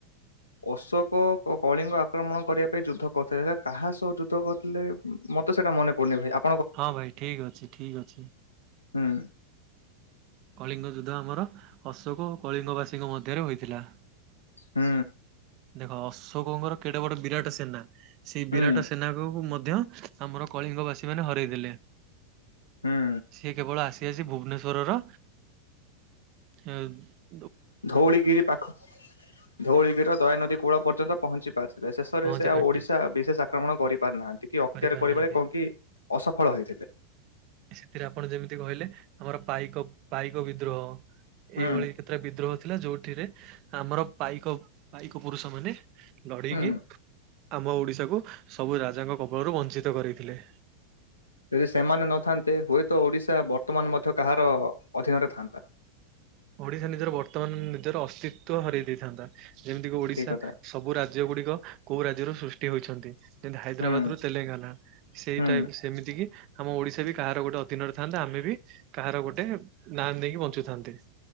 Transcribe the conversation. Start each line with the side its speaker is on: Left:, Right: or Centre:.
Left: ଅଶୋକ କ-କଳିଙ୍କ ଆକ୍ରମଣ କରିବା ପାଇଁ ଯୁଦ୍ଧ କରିଥିଲେ ସେଟା କାହା ସହ ଯୁଦ୍ଧ କରିଥିଲେ ଉଁ ମତେ ସେଇଟା ମନେ ପଡୁନି ଭାଇ ଆପ
Right: ହଁ ଭାଇ ଠିକଅଛି ଠିକଅଛି।
Left: ହୁଁ।
Right: କଳିଙ୍ଗ ଯୁଦ୍ଧ ଆମର ଅଶୋକ ଓ କଳିଙ୍ଗବାସୀଙ୍କ ମଧ୍ୟରେ ହୋଇଥିଲା।
Left: ହୁଁ।
Right: ଦେଖ ଅଶୋକଙ୍କର କେଡେ ବଡ ବିରାଟ ସେନା ସେଇ
Left: ହୁଁ
Right: ବିରାଟ ସେନା କୁ ମ ଧ୍ୟ ଆମର କଳିଙ୍ଗ ବାସୀମାନେ ହରାଇ ଦେଲେ।
Left: ହୁଁ
Right: ସିଏ କେବଳ ଆସିଆସି ଭୁବନେଶ୍ୱରର ହେଉ
Left: ଧୋଉଳିଗିରି ପାଖ ଧୋଉଳିଗିରିର ଦୟାନଦୀ କୂଳ ପର୍ଯ୍ୟନ୍ତ ପହଞ୍ଚି ପାରିଥିଲା ଶେଷରେ
Right: ପହଞ୍ଚି
Left: ସେ ଆଉ
Right: ପାରିଥିଲେ
Left: ଓଡିଶା ବିଶେଷ ଆକ୍ରମଣ କରିପାରି ନାହାନ୍ତି କି ଅକ୍ତିଆର
Right: କରିପାରିନାହାନ୍ତି।
Left: କରିବାରେ କଣ କି ଅସଫଳ ହେଇଥିଲେ।
Right: ସେଥିରେ ଆପଣ ଯେମିତି କହିଲେ ଆମର ପାଇକ ପାଇକ ବିଦ୍ରୋହ।
Left: ହୁଁ
Right: ଏଇଭଳି କେତେଟା ବିଦ୍ରୋହ ଥିଲା ଯୋଉ ଏଠିରେ ଆମର ପାଇକ ପାଇକ ପୁରୁଷମାନେ ଲଢିକିି
Left: ହୁଁ
Right: ଆମ ଓଡ଼ିଶାକୁ ସବୁ ରାଜାଙ୍କ କବଳରୁ ବଂଞ୍ଚିତ କରିଥିଲେ।
Left: ଯଦି ସେମାନେ ନଥାନ୍ତେ ହୁଏତ ଓଡିଶା ବର୍ତ୍ତମାନ ମଧ୍ୟ କାହାର ଅଧୀନରେ ଥାଆନ୍ତା।
Right: ଓଡିଶା ନିଜର ବର୍ତ୍ତମାନ ନିଜର ଅସ୍ତିତଵ ହରାଇ ଦେଇଥାନ୍ତା। ଯେମିତିକ ଓଡିଶା
Left: ଠିକ କଥା
Right: ସବୁ ରାଜ୍ୟ ଗୁଡିକ କୋଉ ରାଜ୍ୟରୁ ସୃଷ୍ଟି ହଉଛନ୍ତି <inaudible> ଯେମିତି ହାଇଦ୍ରାବାଦ
Left: ହୁଁ
Right: ରୁ ତେଲେଙ୍ଗାନା ସେଇ
Left: ହୁଁ
Right: ଟାଇପ୍ ସେମିତି କି ଆମ ଓଡିଶା ବି କାହାର ଗୋଟେ ଅଧୀନରେଥାନ୍ତତା ଆମେ ବି କାହାର ଗୋଟେ ନା ନେଇକି ବଞ୍ଚୁଥାନ୍ତେ।